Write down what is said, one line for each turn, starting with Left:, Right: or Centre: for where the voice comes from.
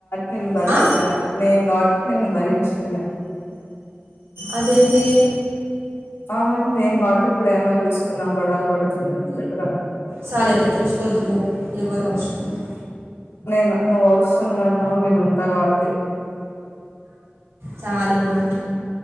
Left: నిన్ను
Right: బాగా
Left: భరిస్తున్న నేను కాబట్టి నిన్ను భరించిన
Right: అదేంది
Left: ఆ మరి నేను కాబట్టి ఇప్పుడ ప్రేమగా చూసుకున్నా గొడవలు పడుతున్నా కూడ
Right: సాలయితే చూసుకొద్దు పో ఎవరు అవసరం లె
Left: నేను నువ్వు అవసరంల అన్నావు నేను ఉంటా కాబట్టి
Right: చాలి మాట